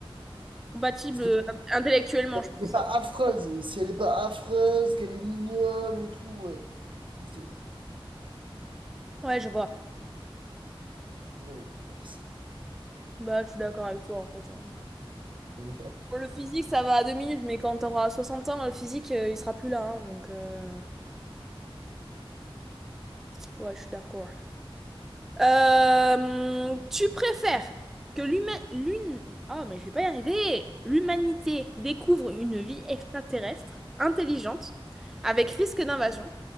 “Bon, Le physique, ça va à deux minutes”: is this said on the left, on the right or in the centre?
Centre